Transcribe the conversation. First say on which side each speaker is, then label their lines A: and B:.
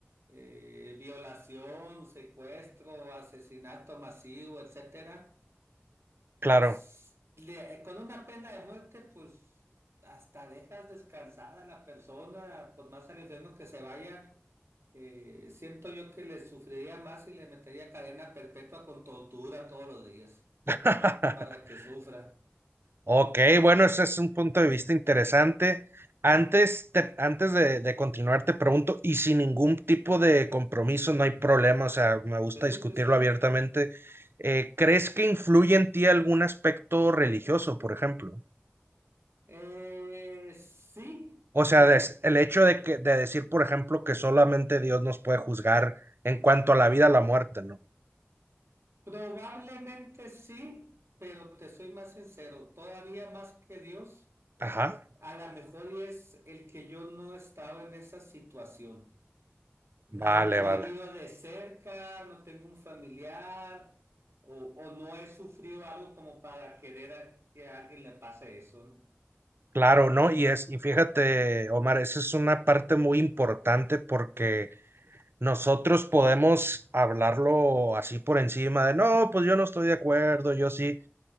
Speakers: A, on the right (about 85°); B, on the right (about 60°).
A: eh, violación, secuestro, asesinato masivo, etcétera,
B: Claro.
A: s- le- eh, con una pena de muerte, pues hasta dejas descansar a la persona, por más al infierno que se vaya, eh, siento yo que le sufriría más y le metería cadena perpetua con tortura todos los días
B: <laughs>
A: para que sufra.
B: Ok, bueno, ese es un punto de vista interesante. Antes, te- antes de, de continuar, te pregunto, y sin ningún tipo de compromiso, no hay problema, o sea, me gusta
A: Sí,
B: discutirlo
A: sí, sí.
B: abiertamente. eh, ¿crees que influye en ti algún aspecto religioso, por ejemplo?
A: Eh, sí,
B: O sea,
A: y
B: des- el hecho de que de decir, por ejemplo, que solamente Dios nos puede juzgar en cuanto a la vida o la muerte, ¿no?
A: probablemente sí, pero te soy más sincero, todavía más que Dios,
B: Ajá.
A: a lo mejor y es el que yo no estaba en esa situación. No
B: Vale,
A: lo he vivido
B: vale.
A: de cerca, no tengo un familiar o, o no he sufrido algo como para querer a- que a alguien le pase eso, ¿no?
B: Claro, ¿no? Y es, y fíjate, Omar, esa es una parte muy importante porque nosotros podemos hablarlo así por encima de, no, pues yo no estoy de acuerdo, yo sí,